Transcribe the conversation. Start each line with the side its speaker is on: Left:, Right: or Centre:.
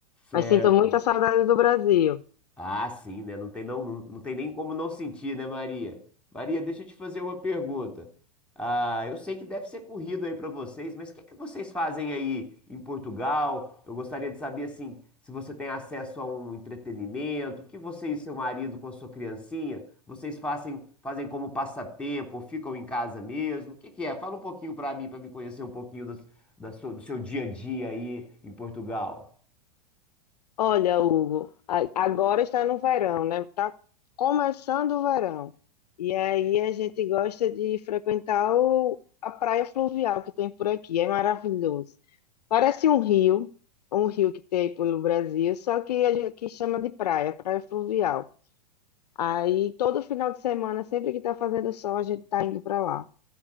Centre: Certo.
Left: Mas sinto muita saudade do Brasil.
Centre: Ah, sim, né? Não tem, não, não, não tem nem como não sentir, né, Maria? Maria, deixa eu te fazer uma pergunta. Ah, eu sei que deve ser corrido aí para vocês, mas o que é que vocês fazem aí em Portugal? Eu gostaria de saber, assim, se você tem acesso a um entretenimento, o que você e seu marido com sua criancinha, vocês fazem, fazem como passatempo, ou ficam em casa mesmo? O que que é? Fala um pouquinho para mim, para me conhecer um pouquinho das- da sua- do seu dia a dia aí em Portugal.
Left: Olha, Hugo, a- agora está no verão, né? Está começando o verão. E aí a gente gosta de frequentar o- a praia fluvial que tem por aqui. É maravilhoso. Parece um rio, um rio que tem pelo Brasil, só que a gente aqui chama de praia, praia fluvial. Aí todo final de semana, sempre que está fazendo sol, a gente está indo para lá.